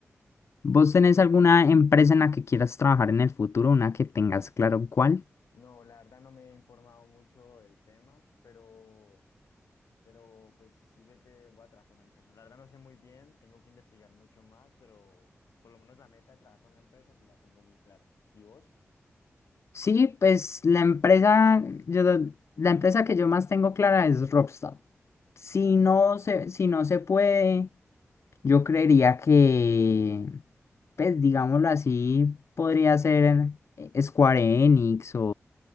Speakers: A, on the left; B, on the left.
A: ¿Vos tenés alguna empresa en la que quieras trabajar en el futuro, una que tengas claro cuál?
B: No, la verdad no me he informado mucho del tema, pero, pero pues sí sé que voy a trabajar para una empresa. La verdad no sé muy bien, tengo que investigar mucho más, pero por lo menos la meta de trabajar para una empresa sí la tengo muy clara. ¿Y vos?
A: Sí, pues la empresa, yo, la empresa que yo más tengo clara es Rockstar. Si
B: Ah,
A: no
B: Rockstar, ok.
A: se, si no se puede, yo creería que, pues digámoslo así, podría ser eh, Square Enix o,